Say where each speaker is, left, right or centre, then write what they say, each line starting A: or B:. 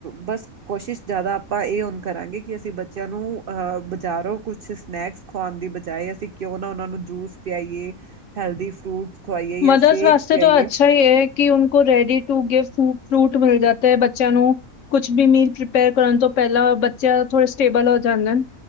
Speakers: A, on the right; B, on the left.
A: ਬਸ ਕੋਸ਼ਿਸ਼ ਜਾਦਾ ਆਪਾਂ ਏ ਹੁੰ ਕਰਾਂਗੇ ਕਿ ਅਸੀਂ ਬੱਚਿਆਂ ਨੂੰ ਅ ਬਜਾਰੋਂ ਕੁਛ ਸਨੈਕਸ ਖੁਆਨ ਦੀ ਬਜਾਏ ਅਸੀਂ ਕਿਓਂ ਨਾ ਓਨਾਂ ਨੂੰ ਜੂਸ ਪਿਆਈਏ, ਹੈਲਦੀ ਫਰੂਟਸ ਖਵਾਈਏ ਜਾਂ
B: ਮਦਰਸ
A: ਸ਼ੇਕਸ
B: ਵਾਸਤੇ
A: ਪਿਆਈਏ
B: ਤੇ ਓ ਅੱਛਾ ਈ ਏ। ਕਿ ਉਨਕੋ ਰੈਡੀ ਟੂ ਗਿਵਸ ਫੂ ਫਰੂਟ ਮਿਲ ਜਾਤੇ ਐ, ਬੱਚਿਆਂ ਨੂੰ ਕੁਛ ਬੀ ਮੀਲ ਪ੍ਰਿਪੇਅਰ ਕਰਨ ਤੋਂ ਪੈਲਾਂ ਬੱਚਿਆਂ ਥੋੜੇ ਸਟੇਬਲ ਹੋ ਜਾਂਦੇ ਨ।